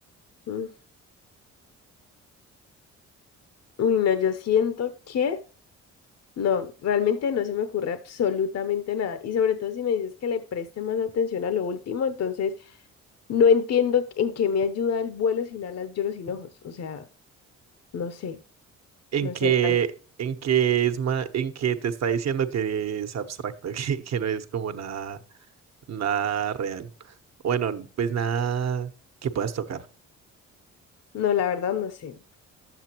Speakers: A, on the left; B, on the right.
A: Mm. Uy, no, yo siento que no, realmente no se me ocurre absolutamente nada. Y sobre todo si me dices que le preste más atención a lo último, entonces no entiendo en qué me ayuda el vuelo sin alas, lloro sin ojos. O sea, no sé,
B: En
A: no
B: que,
A: sé, hermano.
B: en que es ma- en que te está diciendo que es abstracto, <laughs> que, que no es como nada, nada real. Bueno, pues nada que puedas tocar.
A: No, la verdad no sé.